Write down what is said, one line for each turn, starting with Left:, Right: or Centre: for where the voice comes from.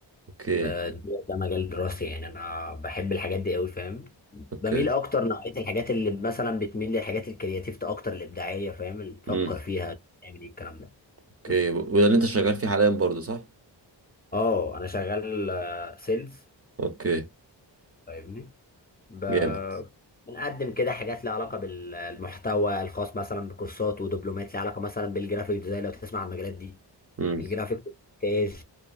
Right: اوكي
Left: آه، ده ده مجال دراستي يعني انا بحب الحاجات دي قوي فاهم بميل
Right: اوكي
Left: اكتر نوعيه الحاجات اللي مثلا بتميل للحاجات الكرياتيف اكتر الابداعيه فاهم اللي تفكر
Right: امم
Left: فيها تعمل ايه الكلام ده
Right: اوكي
Left: بس
Right: و- وده اللي انت شغال فيه حاليا برضه صح
Left: اه انا شغال سيلز
Right: اوكي
Left: فاهمني ب-
Right: جامد
Left: بنقدم كده حاجات لها علاقة بالمحتوى الخاص مثلا بكورسات ودبلومات لها علاقة مثلا بالجرافيك ديزاين لو تسمع عن المجالات دي
Right: امم
Left: الجرافيك مونتاج